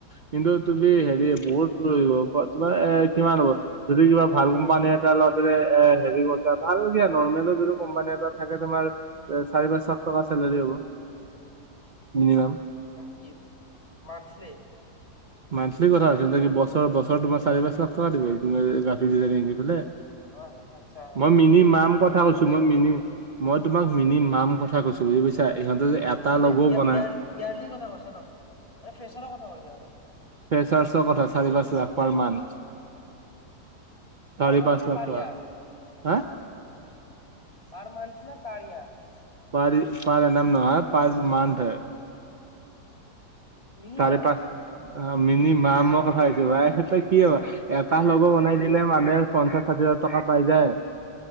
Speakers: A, on the right; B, on the left.
A: কিন্তু তুমি হেৰি বহুত লৈ ল'ব পা তোমাৰ এ কিমান হ'ব যদি কিবা ভাল কোম্পানী এটা লওঁতে এ হেৰি কৰিছা ভাল দিয়া নৰ্মেলো যদি কোম্পানী এটা থাকে তোমাৰ এ চাৰি পাঁচ লাখ টকা চেলাৰী হ'ব মিনিমাম।
B: মানে কি মান্থলি
A: মান্থলি কথা হৈছে নেকি বছৰ বছৰ তোমাৰ চাৰি পাচ লাখ টকা দিব তুমি গ্ৰাফিক ডিজাইনিং দিব পাৰিলে
B: অ আচ্ছা
A: মই
B: থ্ৰী
A: মিনি
B: এল
A: মাম
B: পি
A: কথা কৈছো
B: ফ'ৰ
A: মই
B: এল পি
A: মিনি মই তোমাক মিনি মাম কথা কৈছো বুজি পাইছা ইহঁতে যে এটা
B: মানে
A: লগ'ও
B: ইয়াৰ
A: বনাই
B: ইয়া ইয়াৰ্লি কথা কৈছ ন মানে ফ্ৰেচাৰৰ কথা কৈছে আৰু
A: ফেচাৰ্চৰ কথা চাৰি পাঁচ লাখ পাৰ মান্থ
B: পাৰ
A: চাৰি
B: মান
A: পাঁচ
B: না
A: লাখ
B: পাৰ
A: টকা
B: ইয়াৰ
A: হা
B: পাৰ মান্থ না পাৰ য়াৰ
A: পাৰি পাৰ য়াৰ নহয় পাৰ মান্থ হয়
B: মিনিমাম
A: চাৰে পাঁচ আ মিনিমামৰ কথা কৈছো ভাই তই কি ভবা এটা ল'গ বনাই দিলে মানুহে পঞ্চাশ ষাঠি হাজা টকা পাই যায়